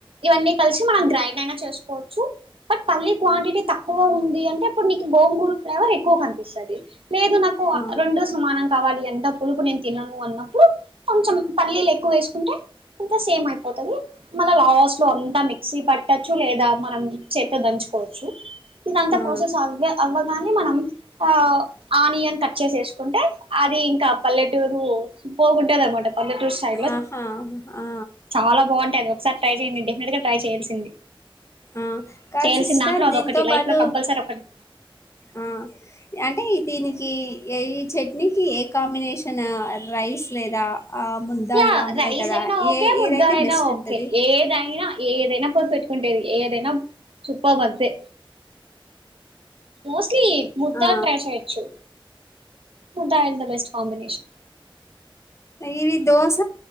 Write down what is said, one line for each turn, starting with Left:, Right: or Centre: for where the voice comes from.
Right: ఇవన్నీ కలిసి మనం గ్రైండ్ అయినా చేసుకోవచ్చు. బట్ పల్లి క్వాంటిటీ తక్కువ ఉంది అంటే ఇప్పుడు నీకు గోంగూర ఫ్లేవర్ ఎక్కువ కనిపిస్తది, లేదు నాకు
Left: ఆ
Right: రెండు సమానంగా కావాలంటే ఆ పులుపు నేను తినను. కొన్నప్పుడు కొంచెం పల్లిలు ఎక్కువ వేసుకుంటే అంత సెమ్ అయిపోతది మళ్ళా లాస్ట్ సో అంతా మిక్సీ పట్టొచ్చు, లేదా మనం చేత దంచుకోవచ్చు. ఇదంతా
Left: ఆ
Right: ప్రాసెస్ అవ్వె అవ్వగానే మనం ఆ ఆనియన్ కట్చేసి ఏసుకుంటే అది ఇంకా పల్లెటూరు పోగుంటది అనమాట పల్లెటూరు స్టై లో
Left: ఆహా ఆ
Right: చాలా బావుంటాయి అది ఒకసారి ట్రై చేయండి. డెఫినెట్ గా ట్రై చేయాల్సింది.
Left: ఆ కాదు
Right: చేయాల్సిన
Left: సిస్టర్
Right: దాంట్లో అదొకటి
Left: దీంతో
Right: లైఫ్
Left: పాటు
Right: లో కంపల్సరీ ఒకటి
Left: ఆ అంటే దీనికి ఏ ఈ చట్నీకి ఏ కాంబినేషన రైస్ లేదా? ఆ ముద్ద
Right: యా
Left: ఇలా ఉంటాయి
Right: రైస్
Left: కదా
Right: అయినా ఓకే,
Left: ఏ
Right: ముద్ద
Left: ఏదైతే
Right: అయినా
Left: బెస్ట్
Right: ఓకే
Left: ఉంటది
Right: ఏదైనా ఏదైనా తోస్ పెట్కుంటేది ఏదైనా సుప్పాబ్ అంతే మోస్ క్లి ముద్దా
Left: ఆ
Right: ట్రై చేయచ్చు ఉంటాయంట బెస్ట్ కాంబినేషన్
Left: ఇవి దోశ